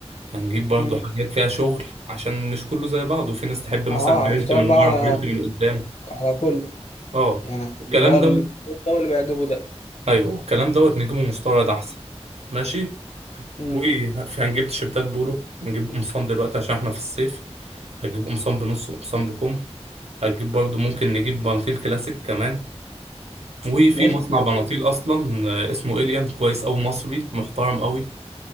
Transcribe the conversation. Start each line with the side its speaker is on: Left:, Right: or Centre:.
Right: هنجيب برضو
Left: امم
Right: حاجات فيها شغل عشان مش كله زي بعضه وفي ناس تحب مثلا
Left: اه
Right: برنت
Left: هشتغل
Right: من
Left: بقى
Right: ورا
Left: على
Right: برنت من قدام
Left: على كله
Right: اه
Left: يعني على
Right: والكلام
Left: اللي هو اللي
Right: دوت
Left: بيعجبه ده واللي بيعجبه ده
Right: ايوه الكلام دوت نجيبه مستورد احسن ماشي
Left: امم
Right: وفي هنجيب تيشيرتات بولو هنجيب قمصان دلوقتي عشان احنا في الصيف هتجيب قمصان بنص وقمصان بكم هتجيب برضو ممكن نجيب بناطيل كلاسيك كمان وفي
Left: ماشي
Right: مصنع بناطيل اصلا آه، اسمه إليان كويس أوي مصري محترم أوي